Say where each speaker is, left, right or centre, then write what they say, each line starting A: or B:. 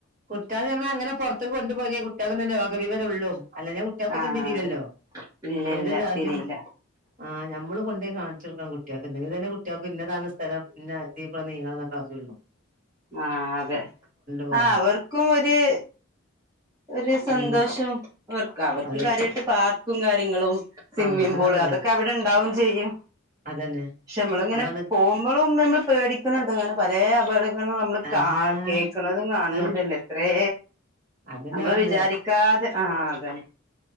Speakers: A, on the right; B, on the right.
A: കുട്ട്യാളെ നമ്മളെങ്ങനെ പൊറത്തെക്ക് കൊണ്ടുപോയിഞ്ഞ കുട്ട്യേക്ക്ന്ന് ലോക വിവരുള്ളു. അല്ലെഞ്ഞ കുട് ട്ട്യേക്കത്തും
B: ആഹ്
A: തിരീലല്ലോ?
B: അതെ ഇല്ല
A: ഏത്
B: ഇല്ല
A: രാജ്യം
B: തിരിയില്ല
A: ആഹ് ഞമ്മള് കൊണ്ടോയി കാണിച്ചൊട്ക്കണം കുട്ട്യാക്ക്, എന്നെങ്കിലല്ലേ കുട്ട്യാക് പിന്നതാണ് സ്ഥലം ഇന്ന ദീപാ നീങ്ങണം എന്നക്കെ അറീള്ളൂ.
B: ആഹ് അതെ.
A: പോണം
B: ആഹ് അവർക്കും ഒര് ഒരു സന്തോഷം
A: ഉം
B: അവർക്ക്, അവർക്ക്
A: അത്
B: കാര്യായിട്ട് പാർക്കും കാര്യങ്ങളും സ്വിമ്മിംഗ്
A: ആഹ് അതാണല്ലേ
B: പൂള്, അതൊക്കെ അവിടെണ്ടാവും ചെയ്യും.
A: അതന്നെ
B: പക്ഷെ നമ്മള് ഇങ്ങനെ
A: അതാണ്
B: പോകുമ്പളും നമ്മള് പേടി ക്കണ്‌ ണ്ട് അങ്ങനെ പലേ അപകടങ്ങളും നമ്മള്
A: ഏഹ്
B: കേക്ക്ണതും കാണണതുല്ലേ
A: അത്
B: എത്രേ.
A: അതന്നെ
B: നമ്മള്
A: പറഞ്ഞേ
B: വിചാരിക്കാതെ, ആഹ് അതെ.